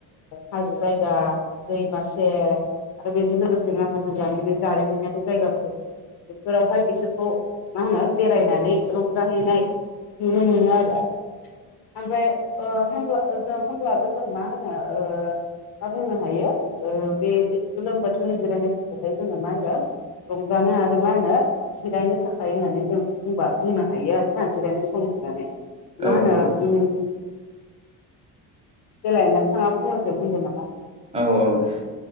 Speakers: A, on the left; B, on the right.
A: हाजो जायगा दैमासे आरो बेजों लोगोसे माखासे ज जारिमिन बे जायगाफोर बेफोरावहाय बिसोरखौ मा होनो बेरायनानै रंजाहैनाय नुनो मोननि आरो ओमफ्राय होनब्ला हब्लाबो जों मा होनो मा बुंनो हायो बे गोलोम बोथोरनि जिरायनाय समखौहाय जोंङो मा होनदों रंजानो आरो मा होनो जिरायनो थाखाय होननानै जों बुंबा बुंनो हायो आरोना जिरायनो सम मा
B: औ
A: होनो
B: औ
A: देलाय नोंथांङा फंनैसो होनदो नामा
B: औ- औ